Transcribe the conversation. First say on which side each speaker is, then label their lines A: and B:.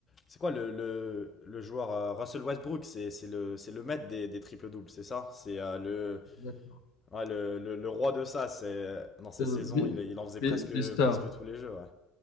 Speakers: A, on the left; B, on the left.
A: C'est quoi le, le, le joueur euh, Russell Westbrook? C'est c'est le, c'est le maître des, des triples-doubles, c'est ça? C'est euh, le,
B: Exact.
A: ouais, le, le, le roi de ça. C'est dans ces
B: Euh,
A: saisons,
B: Bi-
A: il, il en faisait
B: Bi-
A: presque,
B: Bister,
A: presque tous les jeux, ouais.